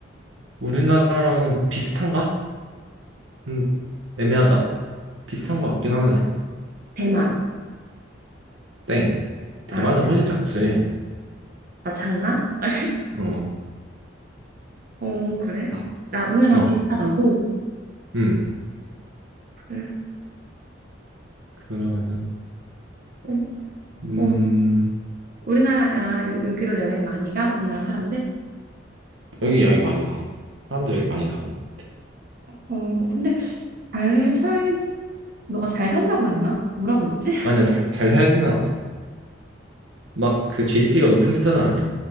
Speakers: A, on the right; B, on the right.
A: 우리나라랑 비슷한가? 음, 애매하다. 비슷한 것 같긴 하네.
B: 대만.
A: 땡. 대만은
B: 아, 아니야?
A: 훨씬 작지.
B: 나 장나? <laughs>
A: 어,
B: 어, 그래?
A: 아,
B: 아, 우리나라랑
A: 어,
B: 비슷하다고?
A: 음.
B: 그래.
A: 그러면은,
B: 어,
A: 음,
B: 어. 우리나라가 여, 기로 여행 많이 가? 우리나라 사람들?
A: 여기 여행 많이 가. 사람들 여기 많이 가는 거.
B: 어, 근데 잘 살, 너가 잘 산다고 했나? 뭐라고 했지? <laughs>
A: 아니야, 잘, 잘 살지는 않아. 막 그 GDP가 높은 편은 아니야.